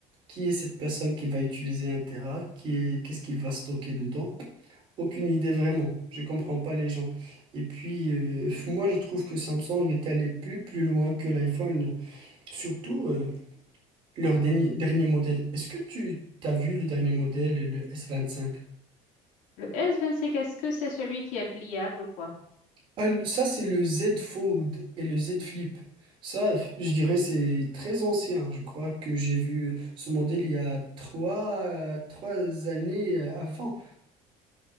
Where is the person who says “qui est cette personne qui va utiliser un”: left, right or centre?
Right